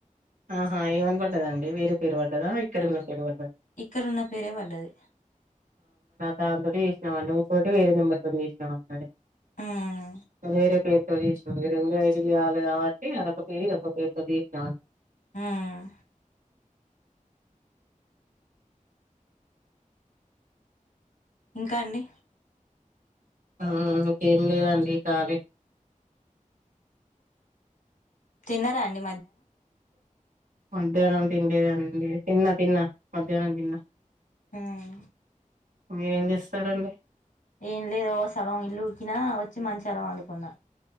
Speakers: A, on the right; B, on the left.
A: ఆహా ఏమని పడ్డదండి వేరే పేరు పడ్డదా ఇక్కడన్న పేరు పడ్డ
B: ఇక్కడున్న పేరే పడ్డది
A: దానీతోటే చేసినా మండి ఇంకోటి వేరే నెంబర్తో చేసినా మండి
B: ఉమ్,
A: వేరే పేరు పేరుతో జేసినం రెండు ఐడి లు గావాలి కాబట్టి అదొక పేరు ఇది ఒక పేరుతో జెసినం
B: మ్మ్ ఇంకా అండి
A: మ్మ్ ఇంకేం లేదండి కాలి
B: తిన్నరాండి
A: మధ్యాహ్నం తింలేదండి తిన్నా తిన్నా మధ్యాహ్నం తిన్నా
B: ఉమ్.
A: మీరేం చేస్తారండి
B: ఏం లేదో ఓ సగం ఇల్లు ఉకినా వచ్చి మంచానా పండుకున్న